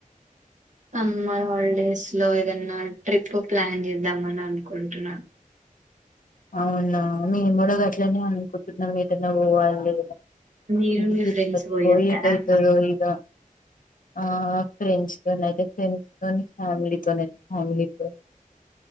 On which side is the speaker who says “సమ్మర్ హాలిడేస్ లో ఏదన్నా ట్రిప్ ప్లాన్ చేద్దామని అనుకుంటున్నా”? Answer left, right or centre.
Right